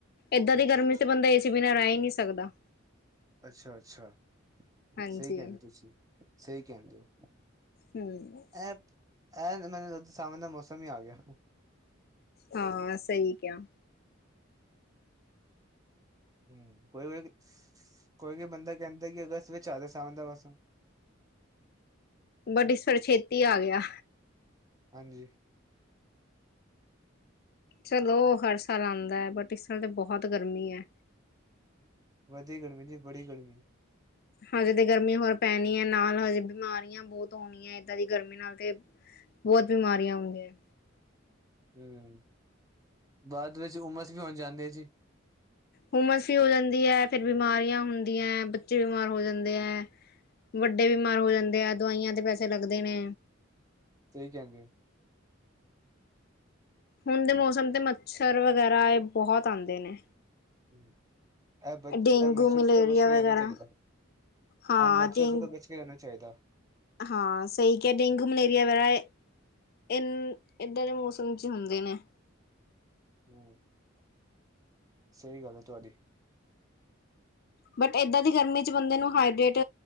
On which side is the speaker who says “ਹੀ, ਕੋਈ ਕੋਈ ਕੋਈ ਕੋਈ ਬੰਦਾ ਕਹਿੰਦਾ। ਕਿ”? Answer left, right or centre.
Right